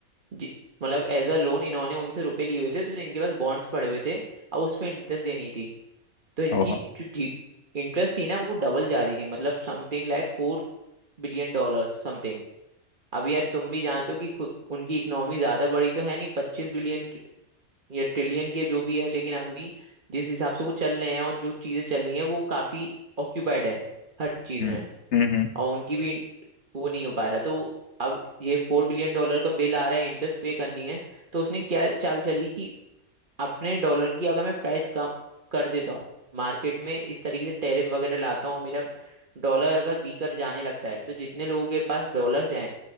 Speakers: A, on the right; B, on the left.
A: जी- मतलब एज अ लोन इन्होंने उनसे रुपए लिए हुए थे तो इनके पास बॉन्ड्स पड़े हुए थे और उस पे इंटरेस्ट देनी थी तो इनकी
B: ओहो
A: जो इंटरेस्ट थी ना वो डबल जा रही थी मतलब something like four billion dollar something अब यार तुम भी जानते हो कि खुद उनकी इकोनॉमी ज्यादा बड़ी तो है नहीं पच्चीस बिलियन या ट्रिलियन के जो भी है लेकिन अभी जिस हिसाब से वो चल रहे हैं और जो चीजें चल रही हैं वो काफी ऑक्यूपाइड है हर चीज
B: हम्म
A: में
B: हम्म हम्म,
A: और उनकी भी वो नहीं हो पा रहा तो अब ये फोर बिलियन डॉलर का बिल आ रहा है इंटरेस्ट पे करनी है तो उसने क्या चाल चली कि अपने डॉलर की अगर मैं प्राइस कम कर देता हूँ मार्केट में इस तरीके से टैरिफ वगैरह लाता हूँ और मेरा डॉलर अगर वीकर जाने लगता है तो जितने लोगों के पास डॉलर्स हैं